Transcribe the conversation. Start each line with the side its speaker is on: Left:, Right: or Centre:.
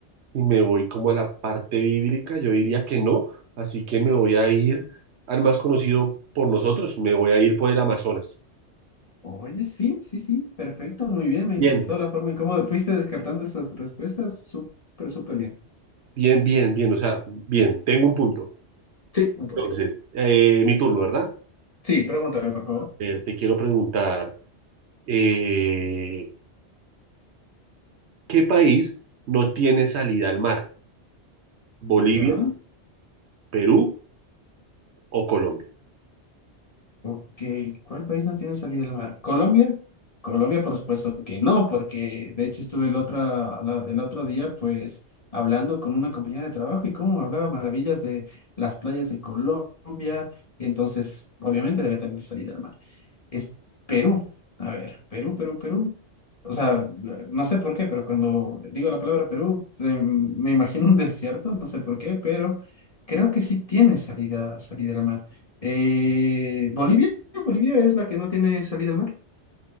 Right: y me voy como a la parte bíblica, yo diría que no, así que me voy a ir al más conocido por nosotros, me voy a ir por el Amazonas.
Left: Oye, sí, sí, sí, perfecto, muy bien, me encantó
Right: Bien,
Left: la forma en cómo fuiste descartando estas respuestas, súper, súper bien.
Right: bien, bien, bien, o sea, bien, tengo un punto.
Left: Sí, un punto.
Right: Entonces, eh, mi turno, ¿verdad?
Left: Sí, pregúntame, por favor.
Right: Eh, te quiero preguntar, eh, ¿qué país no tiene salida al mar? ¿Bolivia,
Left: Ya.
Right: Perú o Colombia?
Left: Ok, ¿cuál país no tiene salida al mar? ¿Colombia? Colombia, por supuesto que no, porque de hecho estuve el otro, la- el otro día pues hablando con una compañera de trabajo y cómo me hablaba maravillas de las playas de Colombia, y entonces obviamente debe tener salida al mar es Perú. A ver, Perú, Perú, Perú. O sea, no sé por qué, pero cuando digo la palabra Perú, se- me imagino un desierto, no sé por qué, pero creo que sí tiene salida, salida al mar. Eh, Bolivia, Bolivia es la que no tiene salida al mar,